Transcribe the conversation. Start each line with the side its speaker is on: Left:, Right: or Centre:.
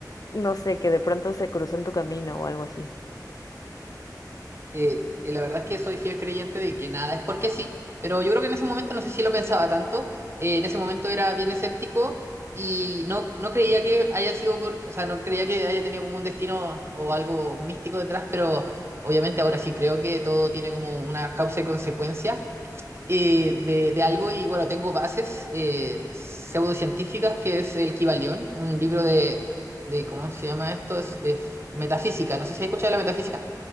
Left: no sé, que de pronto se cruzó en tu camino o algo así.
Right: Eh, eh, la verdad es que soy fiel creyente de que nada es porque sí, pero yo creo que en ese momento, no sé si lo pensaba tanto, eh, en ese momento era bien escéptico y no, no creía que haya sido por, o sea, no creía que haya tenido como un destino o algo místico detrás, pero obviamente ahora sí creo que todo tiene como una causa y consecuencia. eh, de, de algo y bueno, tengo bases eh, pseudocientíficas, que es el Kybalión, un libro de, de ¿cómo se llama esto? Es, es metafísica, no sé si has escuchado de la metafísica.